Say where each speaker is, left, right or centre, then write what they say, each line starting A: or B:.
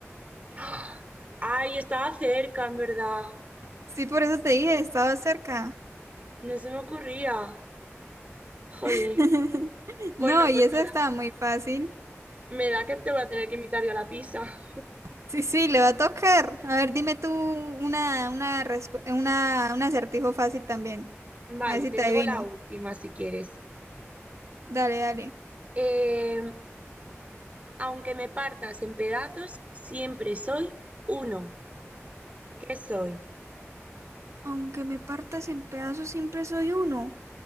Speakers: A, on the right; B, on the right.
A: <gasps> ¡Ah! Ay, estaba cerca, en verdad.
B: Sí, por eso te dije, estaba cerca.
A: No se me ocurría. Jolín.
B: <laughs>
A: Bueno,
B: No, y
A: pues
B: esa
A: me da,
B: estaba muy fácil.
A: me da que te voy a tener que invitar yo a la pizza.
B: Sí, sí, le va a tocar. A ver, dime tú una, una, respu- una, un acertijo fácil también.
A: Vale,
B: A ver si
A: te
B: te
A: digo
B: adivino.
A: la última si quieres.
B: Dale, dale.
A: Eh, aunque me partas en pedazos, siempre soy uno. ¿Qué soy?
B: Aunque me partas en pedazos, siempre soy uno.